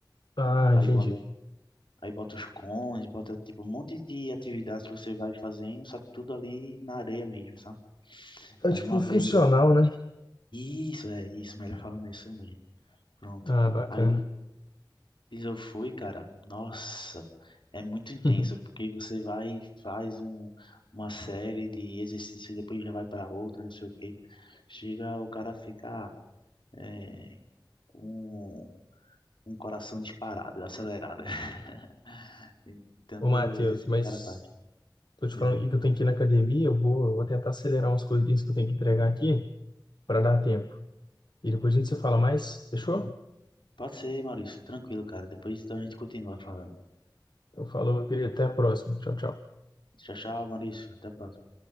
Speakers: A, on the left; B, on the left.
A: Ah,
B: Aí
A: entendi.
B: bota, aí bota os cones, bota, tipo, um monte de atividades que você vai fazendo, só que tudo ali na areia mesmo, sabe?
A: É
B: Aí
A: tipo
B: uma
A: funcional,
B: vez
A: né?
B: Isso, é isso, melhor falando é isso mesmo. Pronto.
A: Ah, bacana.
B: Aí eu fui, cara. Nossa, é muito intenso,
A: <laughs>
B: porque você vai e faz um, uma série de exercícios, depois já vai para outra, não sei o quê. Chega, o cara fica é, com um coração disparado, acelerado. <laughs> de Tanto
A: Ô, Matheus,
B: exercício
A: mas
B: que o cara faz.
A: Tô te
B: Isso
A: falando
B: aí.
A: aqui que eu tenho que ir na academia, eu vou, eu vou tentar acelerar umas coisinhas que eu tenho que entregar aqui para dar tempo. E depois a gente se fala mais, fechou?
B: Pode ser, Maurício, tranquilo, cara. Depois então a gente continua falando.
A: Eu falo, meu querido, até a próxima. Tchau, tchau.
B: Tchau, tchau, Maurício. Até a próxima.